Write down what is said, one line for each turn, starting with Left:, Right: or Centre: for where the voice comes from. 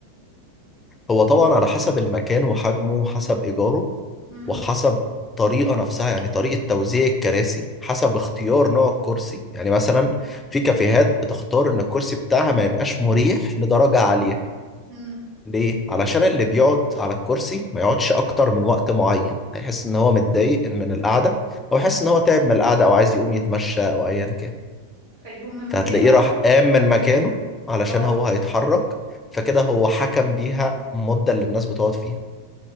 Left: هو طبعا على حسب المكان وحجمه وحسب إيجاره
Right: امم
Left: وحسب الطريقة نفسها يعني طريقة توزيع الكراسي حسب اختيار نوع الكرسي يعني مثلا في كافيهات بتختار إن الكرسي بتاعها ما يبقاش مريح لدرجة عالية
Right: امم
Left: ليه؟ علشان اللي بيقعد على الكرسي ما يقعدش أكتر من وقت معين هيحس إن هو متضايق من القعدة
Right: امم
Left: أو يحس إن هو تعب من القعدة أو عايز يقوم يتمشى أو أيا كان
Right: فيقوم من
Left: فهتلاقيه
Right: مكانه
Left: راح قام من مكانه علشان
Right: اه
Left: هو هيتحرك فكده هو حكم بيها المدة اللي الناس بتقعد فيها